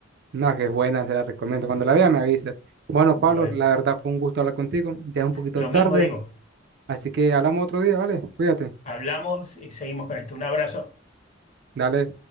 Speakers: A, on the right (about 55°); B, on the left (about 35°).
A: no, que es buena, se la recomiendo. Cuando la vea me avisas. Bueno,
B: Bueno,
A: Pablo, la verdad fue un gusto hablar contigo, ya es un poquito
B: lo
A: tarde,
B: mismo digo,
A: así que hablamos otro día, ¿vale? Cuídate.
B: hablamos y seguimos con esto. Un abrazo.
A: Dale.